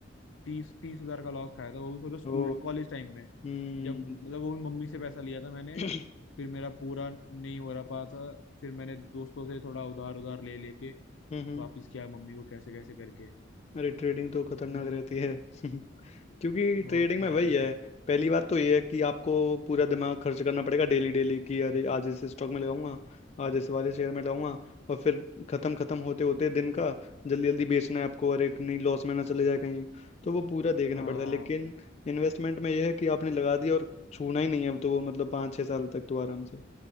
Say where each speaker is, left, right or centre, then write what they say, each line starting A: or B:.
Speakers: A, on the left (about 75°); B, on the left (about 35°).
A: तीस तीस हजार का लॉस खाया था वो भी सोचो स्कूल
B: ओ
A: कॉलेज टाइम में
B: हम्म
A: जब मतलब वो भी मम्मी से पैसा लिया था मैंने
B: <clears throat>
A: फिर मेरा पूरा नहीं हो रहा पा था फिर मैंने दोस्तों से थोड़ा उधार उधार ले लेके
B: हम्म हम्म।
A: वापिस किया मम्मी को कैसे कैसे करके
B: अरे ट्रेडिंग तो खतरनाक
A: तो मतलब
B: रहती है <laughs> क्योंकि
A: बहुत
B: ट्रेडिंग
A: खराब
B: में वही है
A: है भाई
B: पहली बात तो ये है कि आपको पूरा दिमाग खर्च करना पड़ेगा डेली डेली कि अरे आज इस स्टॉक में लगाऊंगा आज इस वाले शेयर में लगाऊंगा और फिर खत्म खत्म होते होते दिन का जल्दी जल्दी बेचना है आपको अरे नहीं लॉस में ना चले जाए कहीं तो वो पूरा देखना
A: हाँ
B: पड़ता है लेकिन इन्वेस्टमेंट में यह है कि आपने लगा दिया और छूना ही नहीं है तो वो मतलब पाँच छः साल तक तो आराम से